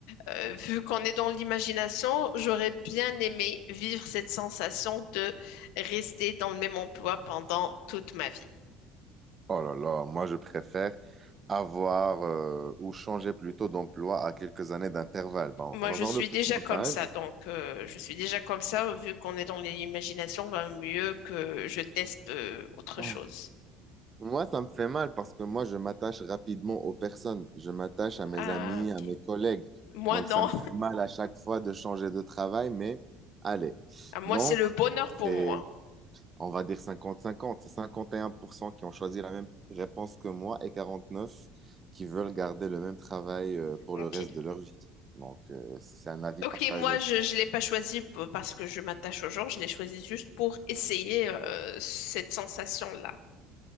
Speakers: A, on the left; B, on the right.
A: euh, vu qu'on est dans l'imagination, j'aurais bien aimé vivre cette sensation de rester dans le même emploi pendant toute ma vie.
B: Oh là là, moi je préfère avoir euh, ou changer plutôt d'emploi à quelques années d'intervalle. Bon,
A: Moi,
B: on va
A: je
B: voir
A: suis
B: le pourcentage.
A: déjà comme ça, donc euh, je suis déjà comme ça. Vu qu'on est dans l'imagination, ben, mieux que je teste euh, autre
B: <laughs>
A: chose.
B: Moi, ça me fait mal parce que moi, je m'attache rapidement aux personnes. Je m'attache à mes
A: Ah,
B: amis,
A: ok.
B: à mes collègues.
A: Moi,
B: Donc,
A: non.
B: ça me fait mal à chaque fois de changer de travail, mais allez.
A: Ah, moi,
B: Donc,
A: c'est le bonheur pour
B: c'est,
A: moi.
B: on va dire cinquante-cinquante. C'est 51% qui ont choisi la même réponse que moi et 49% qui veulent garder le même travail euh, pour
A: Ok.
B: le reste de leur vie. Donc, euh, c'est un avis
A: Ok,
B: partagé.
A: moi, je ne l'ai pas choisi p- parce que je m'attache au genre, je l'ai choisi juste pour essayer euh, cette sensation-là.